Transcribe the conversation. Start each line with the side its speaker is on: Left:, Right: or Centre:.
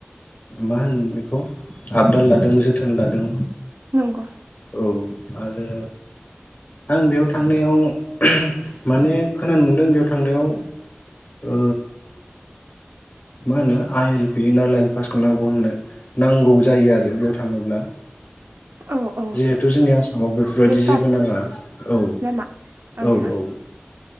Left: मा होनो बेखौ आबदाल लादों जोथोन लादों।
Right: नंगौ
Left: औ आरो आं बेयाव थांनायाव माने खोनानो मोनदों बेयाव थांनायाव ओ मा होनो आइ एल पि इनार लाइन पासखौ नांगौ होननो नांगौ जायो आरो बेयाव थाङोब्ला।
Right: औ औ
Left: जिहेथु जोंनि आसामाव बेफोरबायदि
Right: गेट
Left: जेबो
Right: पास
Left: नाङा औ
Right: नामा ओं
Left: औ
Right: ओं
Left: औ